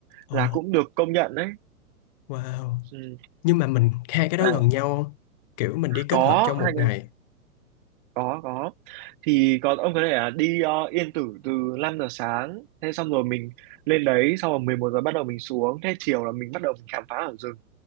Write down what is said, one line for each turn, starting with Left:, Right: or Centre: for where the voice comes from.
Left: Ồ,
Right: là cũng được công nhận đấy.
Left: wow.
Right: Ừ.
Left: Nhưng mà mình hai cái đó
Right: À,
Left: gần nhau không? Kiểu mình đi kết
Right: có
Left: hợp trong một
Right: hai
Left: ngày.
Right: là- có có thì có ông có thể là đi ờ, Yên Tử từ 5 giờ sáng thế xong rồi mình lên đấy xong rồi 11 giờ bắt đầu mình xuống thế chiều là mình bắt đầu mình khám phá ở rừng